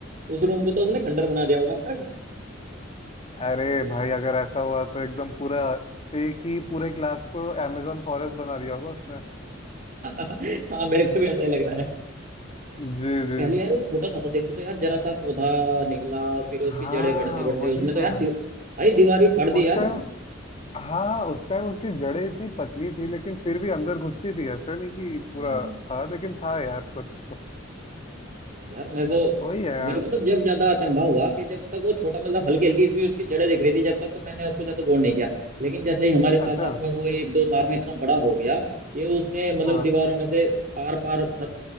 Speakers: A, on the right (about 45°); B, on the left (about 30°).
A: उस रूम को तो उसने खंडर बना दिया होगा अब तक
B: अरे भाई अगर ऐसा हुआ तो एकदम पूरा एक ही पूरे क्लास को अमेजोन फॉरेस्ट बना दिया होगा उसने
A: <laughs> हाँ मेरे को भी ऐसा ही लग रहा है
B: <laughs> जी जी
A: पहले यार वो छोटा सा था देखो तो यार जरा सा पौधा निकला फिर उसकी
B: हाँ
A: जड़ें बढ़ते बढ़ते
B: वही
A: उसने तो यार
B: बात
A: दीव- भाई दीवार भी फाड़ दी
B: उस
A: यार
B: टाइम हाँ उस टाइम उसकी जड़ें इतनी पतली थी लेकिन फिर भी अंदर घुसती थी ऐसे नहीं कि पूरा
A: मौत
B: था लेकिन था यार कुछ तो
A: यार मैं तो
B: वही है यार
A: मेरे को तो जब ज्यादा अचंभा हुआ कि जब तक वो छोटा मतलब हल्की हल्की सी उसकी जड़ें दिख रही थी जब तक तो मैंने उसको ज्यादा गौर नहीं किया लेकिन जैसे ही हमारे साथ
B: अच्छा
A: साथ में वो एक दो साल में इतना बड़ा हो गया कि उसने मतलब
B: हाँ
A: दीवारों में से आर पार छत